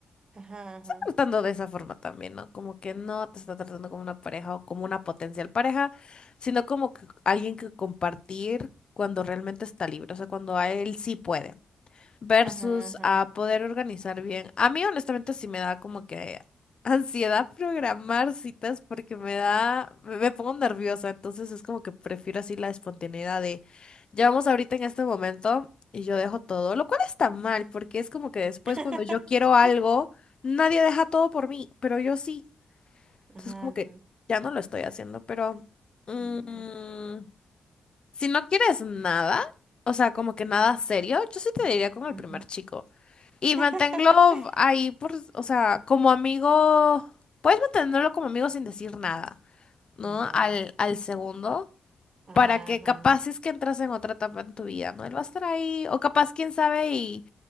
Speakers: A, on the right; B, on the left.
A: ajá, ajá,
B: tratando de esa forma también, ¿no? Como que no te está tratando como una pareja o como una potencial pareja, sino como que alguien que compartir cuando realmente está libre, o sea, cuando a él sí puede versus
A: ajá, ajá.
B: a poder organizar bien. A mí honestamente sí me da como que ansiedad programar citas porque me da, me, me pongo nerviosa, entonces es como que prefiero así la espontaneidad de, ya vamos ahorita en este momento y yo dejo todo, lo cual está mal porque es como que después
A: <laughs>
B: cuando yo quiero algo, nadie deja todo por mí, pero yo sí. Entonces
A: Ajá,
B: como
A: ajá,
B: que ya no lo estoy haciendo, pero mm,
A: mm,
B: si no quieres nada, o sea, como que nada serio, yo sí te diría con el
A: ujú.
B: primer chico. Y
A: <laughs>
B: manténlo ahí por, o sea, como amigo, puedes mantenerlo como amigo sin decir nada, ¿no?
A: Ya,
B: Al, al segundo
A: ajá,
B: para que
A: ajá.
B: capaz es que entras en otra etapa en tu vida, ¿no? Él va a estar ahí, o capaz, quién sabe, y,